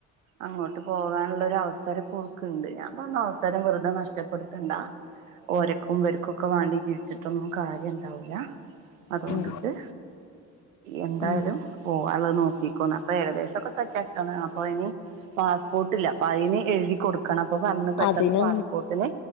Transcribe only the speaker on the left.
ഉം
ഉം
അതിന്